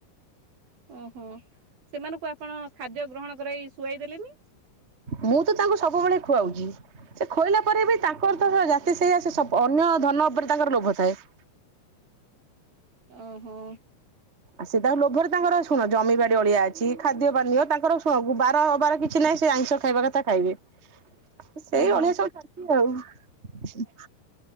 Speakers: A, on the right; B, on the right.
A: ଓହୋ ସେମାନଙ୍କୁ ଆପଣ ଖାଦ୍ୟ ଗ୍ରହଣ କରାଇ ଶୁଆଇ ଦେଲେନି।
B: ମୁଁ ତ ତାଙ୍କୁ ସବୁବେଳେ ଖୁଆଉଛି। ସେ ଖୁଆଇଲା ପରେ ବି ତା ଙ୍କର୍ ତ ସ - ଆ ଜାତି ସେଇଆ ସେ ଅନ୍ୟ ଧନ ଉପରେ ତାଙ୍କର ଲୋଭ ଥାଏ। <inaudible>
A: ଓହୋ
B: ଆ ସେ ତାଙ୍କ ଲୋଭରେ ତାଙ୍କର ଶୁଣ ଜମିିବାଡି ଅଳିଆ ଅ ଛି ଖାଦ୍ୟ ପାନୀୟ ତାଙ୍କର ସବୁ, ବାର ଅବାର କିଛି ନାହିଁ ସେ ଆଇଁଷ ଖାଇବା କଥା ଖାଇବେ। ସେଇ
A: ଓହୋ
B: ଅଳିଆ ସବୁ ଚାଲିଛି ଆଉ।